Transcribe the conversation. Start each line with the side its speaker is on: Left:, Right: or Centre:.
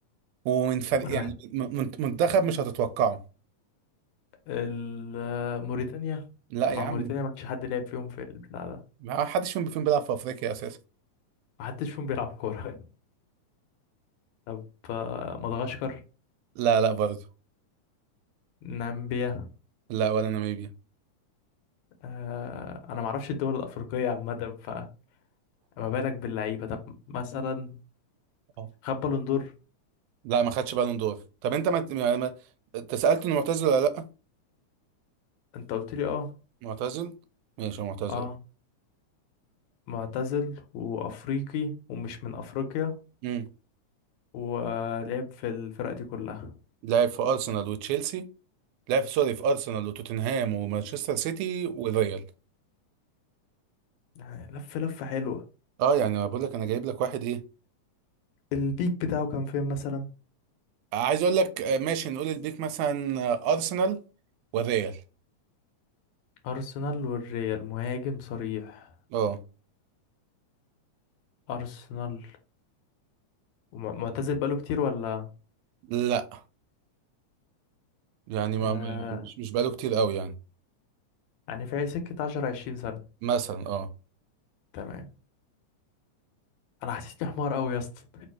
Right: ومن فرق
Left: ما انا
Right: يعني
Left: محت...
Right: من- من- منتخب مش هتتوقعه
Left: ال- موريتانيا
Right: لا
Left: لا، مع
Right: يا عم
Left: موريتانيا ما فيش حد لعب فيهم في البتاع ده
Right: ما حدش فيهم فيهم بيلعب في افريقيا اساسا
Left: ما حدش فيهم بيلعب كوره <laughs> طب آه، مدغشقر
Right: لا لا برضه
Left: نامبيا
Right: لا ولا ناميبيا
Left: آه انا ما اعرفش الدول الافريقيه عامه فما بالك باللعيبه طب مثلا
Right: اه
Left: خد بالون دور
Right: لا ما خدش بالون دور طب انت ما ما ما- انت سالت انه معتزل ولا لا
Left: انت قلت لي اه
Right: معتزل ماشي هو معتزل
Left: اه معتزل وأفريقي ومش من أفريقيا
Right: امم
Left: ولعب في الفرق دي كلها
Right: لعب في ارسنال وتشيلسي لعب في سوري في ارسنال وتوتنهام ومانشستر سيتي والريال
Left: يعني لف لفة حلوة
Right: اه يعني أنا بقول لك انا جايب لك واحد ايه
Left: البيك بتاعه كان فين مثلا
Right: عايز اقول لك آه، ماشي نقول البيك مثلا آه، ارسنال والريال
Left: أرسنال والريال مهاجم صريح
Right: اه
Left: أرسنال وم- معتزل بقاله كتير ولا
Right: لا يعني ما
Left: آه
Right: ما- مش مش بقاله كتير قوي يعني
Left: يعني في سكة عشرة عشرين سنة
Right: مثلا اه
Left: تمام أنا حسيتني حمار أوي يا اسطى